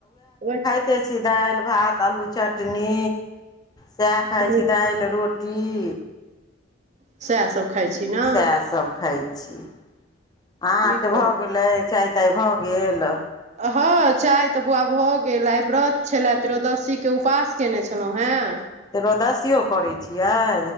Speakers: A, on the right; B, on the left.
A: ओ
B: खैतै छी दालि भात आलू चटनी, सएह खाइ
A: कनि
B: छी दालि रोटी की?
A: सएह सभ खाइ छी। ने
B: सएह सभ खाइ छी, अहाँके
A: की करू
B: भऽ गेलै चाय तय भऽ गेल।
A: हँ चाय तऽ बौआ भऽ गेल, आइ व्रत छले त्रियोदशीके उपास कयने छलहुँ हेँ।
B: त्रयोदसियो करै छियै?